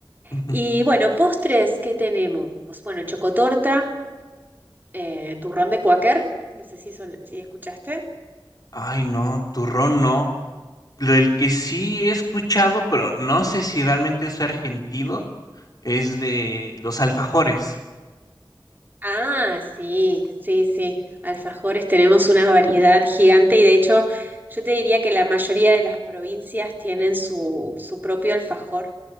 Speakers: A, on the left (about 50°); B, on the right (about 25°).
A: Ujú.
B: Y bueno, postres, ¿qué tenemos? Bueno, chocotorta eh, turrón de Quaker, no sé si, son- si escuchaste.
A: Ay, no, turrón no. Lo el que sí he escuchado, pero no sé si realmente es argentino, es de los alfajores.
B: Ah, sí, sí, sí. Alfajores tenemos una variedad gigante y de hecho yo te diría que la mayoría de las provincias tienen su, su propio alfajor.